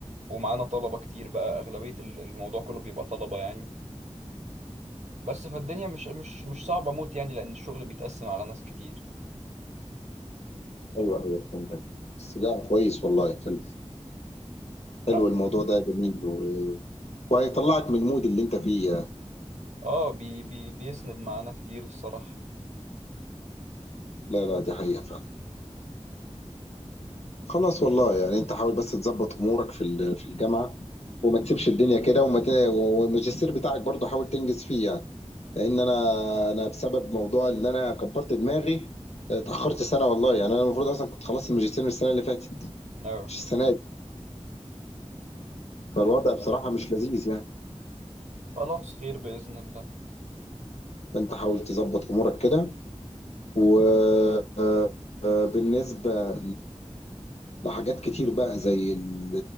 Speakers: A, on the right; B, on the left.
A: ومعانا طلبة كتير بقى أغلبية ال- الموضوع كله بيبقى طلبة يعني بس فالدنيا مش مش مش صعبة موت يعني لأن الشغل بيتقسم على ناس كتير
B: ايوه ايوه فهمتك بس لا كويس والله حلو حلو
A: لا
B: الموضوع ده جميل و... وهيطلعك من المود اللي انت فيه
A: اه بي بي بيسند معانا كتير الصراحة
B: لا لا دي حقيقة فعلا خلاص والله يعني انت حاول بس تظبط امورك في ال- في الجامعة وما تسيبش الدنيا كده وما ت... والماجستير بتاعك برضه حاول تنجز فيه يعني لان انا انا بسبب موضوع اللي انا كبرت دماغي اتأخرت سنة والله يعني انا المفروض اصلا كنت خلصت الماجستير من السنة اللي فاتت
A: اه
B: مش السنة دي فالوضع بصراحة مش لذيذ يعني
A: خلاص خير بإذن الله
B: فانت حاول تظبط امورك كده وبالنسبة لحاجات كتير بقى زي ال-